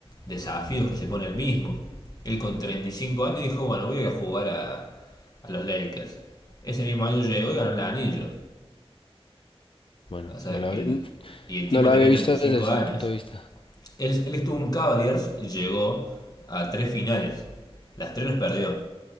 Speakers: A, on the left; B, on the left.
A: desafíos que se pone el mismo. Él con 35 años dijo, bueno, voy a jugar a, a los Lakers. Ese mismo año llegó y ganó el anillo.
B: Bueno,
A: O sea,
B: no lo, hab-
A: y, el- y el tipo
B: no lo
A: tenía
B: había visto
A: treinta y cinco
B: desde ese
A: años.
B: punto de vista.
A: Él, él estuvo en Cavaliers y llegó a tres finales. Las tres las perdió.